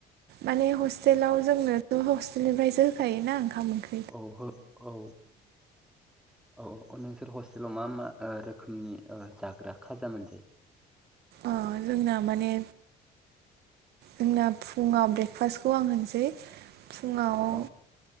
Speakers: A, on the right (about 70°); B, in the centre.
A: माने हस्टेलाव जोंनोथ' हस्टेलनिफ्रायसो होखायोना ओंखाम ओंख्रि
B: औ हो औ औ औ औ नोंसोर हस्टेलाव मा मा रोखोमनि जाग्रा खाजा मोनजायो
A: अ जोंना माने जोंना फुङाव ब्रेकफास्टखौ आं होननोसै फुङाव ओ
B: औ